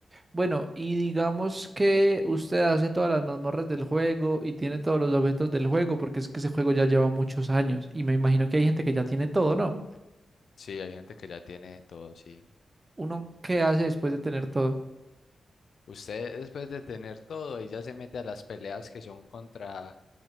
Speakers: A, on the right; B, on the left.
A: Bueno, y digamos que usted hace todas las mazmorras del juego y tiene todos los objetos del juego, porque es que ese juego ya lleva muchos años y me imagino que hay gente que ya tiene todo, ¿no?
B: Sí, hay gente que ya tiene todo, sí.
A: ¿Uno qué hace después de tener todo?
B: Usted después de tener todo, ahí ya se mete a las peleas que son contra,